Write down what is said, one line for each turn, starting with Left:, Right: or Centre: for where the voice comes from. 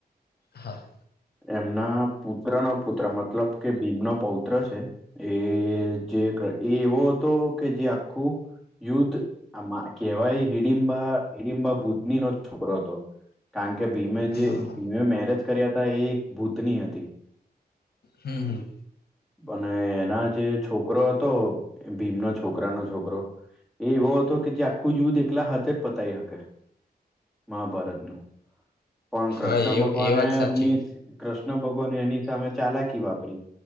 Left: હા.
Centre: એમના પુત્રનો પુત્ર મતલબ કે ભીમનો પૌત્ર છે. એ જે કે એ એવો હતો કે જે આ ખું યુદ્ધ આમાં કેવાય હિડીબા હિડીબા ભૂતનીનો છોકરો હતો. કારણ કે ભીમે જે
Left: હા હા
Centre: ભીમે મેરેજ કર્યા હતા એ એક ભૂતની હતી.
Left: હમ હમ.
Centre: અને એના જે છોકરો હતો. ભીમના છોકરાનો છોકરો એ એવો હતો કે જે આખું યુદ્ધ એકલા હાથે જ પતાવી હકે મહાભારત પણ કૃષ્ણ
Left: હા એ
Centre: ભગવાને
Left: એ વાત સાચી
Centre: એમની કૃષ્ણ ભગવાન એની સામે ચાલાકી વાપરી